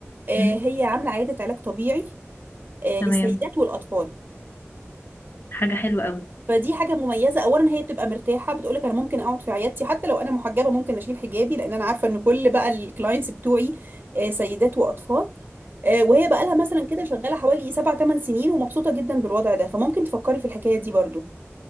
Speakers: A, on the right; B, on the left.
A: آه،
B: مم.
A: هي عامله عياده علاج طبيعي آه،
B: تمام
A: للسيدات والاطفال
B: حاجة حلوة أوي
A: فدي حاجه مميزه اولا هي بتبقى مرتاحه بتقولك انا ممكن اقعد في عيادتي حتى لو انا محجبه ممكن اشيل حجابي لان انا عارفه ان كل بقى الكلاينتس بتوعي آه، سيدات واطفال آه، وهي بقى لها مثلا كده شغاله حوالي 7 8 سنين ومبسوطه جدا بالوضع ده فممكن تفكري في الحكايه دي برضو